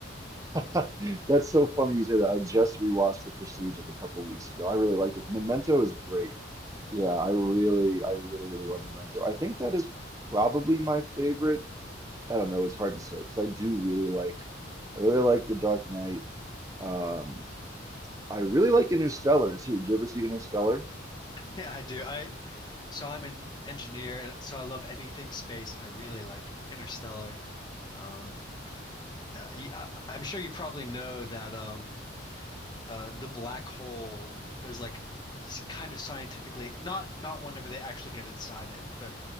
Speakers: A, on the right; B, on the left.
A: Memento. <laughs> That's so funny you say that. I just rewatched The Prestige like a couple weeks ago. I really liked it. Memento is great. Yeah, I really, I really, really love Memento. I think that is probably my favorite. I don't know, it's hard to say because I do really like I really like The Dark Knight. Um, I really like Interstellar too. Did you ever see Interstellar?
B: Yeah, I do. I so I'm an engineer, and so I love anything space, and I really like Interstellar. Um, uh, y- I, am sure you probably know that. Um uh, the black hole was like s- kind of scientifically not not whenever they actually get inside it, but